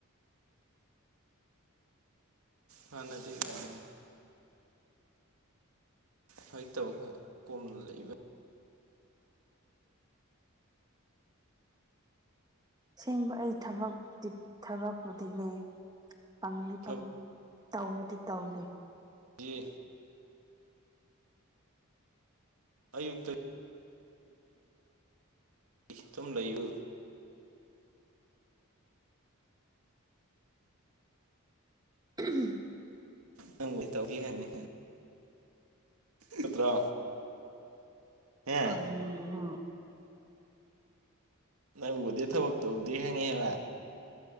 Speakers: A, on the right; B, on the right.
A: ꯍꯥꯟꯅꯗꯤ ꯀꯥꯢꯗꯩꯅꯣ ꯁꯃꯥꯏꯅ ꯇꯧꯔꯒ ꯀꯣꯝꯅ ꯂꯩꯕ
B: ꯑꯁꯦꯡꯕ ꯑꯩ ꯊꯕꯛ ꯊꯕꯛꯄꯨꯗꯤꯅꯦ ꯄꯪꯗꯤ
A: ꯊꯕꯛ
B: ꯄꯪ ꯇꯧꯗꯤ ꯇꯧꯗꯦ
A: ꯌꯦ ꯑꯌꯨꯛꯇ ꯒꯤ ꯇꯨꯝ ꯂꯩꯌꯨ
B: <unintelligible>
A: ꯅꯪꯕꯨꯗꯤ ꯇꯧꯒꯦ ꯍꯥꯏꯅꯦ ꯅꯠꯇ꯭ꯔꯣ ꯍꯦ
B: ꯀꯔꯤꯅꯣ
A: ꯅꯪꯕꯨꯗꯤ ꯊꯕꯛ ꯇꯧꯗꯦ ꯈꯪꯉꯦꯕ